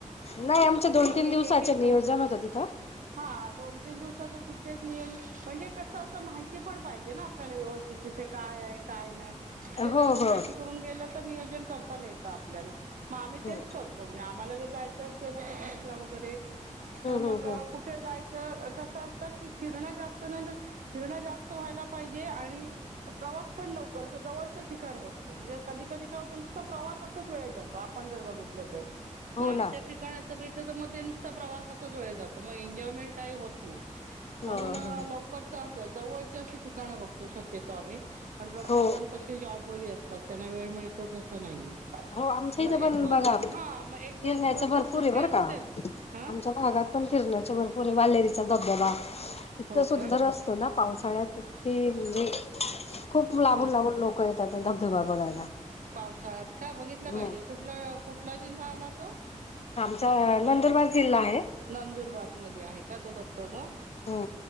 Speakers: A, on the left; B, on the right.
A: नाही आमच्या
B: मग
A: दोन
B: ते एक
A: तीन
B: एक
A: दिवसाचे
B: एक एक
A: नियोजन होतं तिथं.
B: हा दोन तीन दिवसाच तिथेच नियोज म्हणजे कसं असं माहिती पण पाहिजे ना आपल्याला व्यवस्थित तिथे काय आहे काय नाही ते जर
A: हो
B: आपण
A: हो
B: माहिती
A: हो.
B: करून गेल तर नियोजन करताना येत आपल्याला मग आम्ही
A: हम्म
B: तेच आम्हाला जर जायचं असलं ना पिकनिक ला वगैरे तर मग
A: हम्म हम्म.
B: कुठे जायचं कसं असतं की फिरणं जास्त नाय झालं फिरणं जास्त व्हायला पाहिजे आणि प्रवास पण लवकर असं जवळचं ठिकाण बघतो म्हणजे कधी कधी काय होत नुसता प्रवासातच वेळ जातो आपण जर बघितलं तर
A: हो
B: लांबच्या
A: ना.
B: ठिकाणाचं बघितल तर मग ते नुसत प्रवासातच वेळ जातो मग एन्जॉयमेंट काही होत म्हणून
A: ह ह
B: लवकरच जवळची अशी ठिकाणं बघतो शक्यतो आम्ही पण प्रत्येक
A: हो
B: जण कशी जॉबवाली असतात त्यांना वेळ मिळतेच असं नाही
A: हो आमच्या
B: मग
A: इथे
B: एक
A: पण
B: दोन
A: बघा
B: दिवस हा मग एक दोन
A: फिरण्याचं
B: दिवसच
A: भरपूर
B: सुट्टी
A: आहे बरं
B: असते
A: का.
B: हं
A: आमच्या भागात पण फिरण्याचे भरपूर आहे वालेरीचा धबधबा इतका
B: हो
A: सुंदर
B: का
A: असतो ना पावसाळ्यात की म्हणजे खूप लांबून
B: ह
A: लांबून लोक येतात धबधबा बघायला
B: पावसाळ्यात का बघितलं
A: हम्म
B: पाहिजे कुठला कुठला जिल्हा आला तो
A: आमचा नंदुरबार जिल्हा आहे
B: नंदुरबार मध्ये आहे का तो धबधबा
A: हो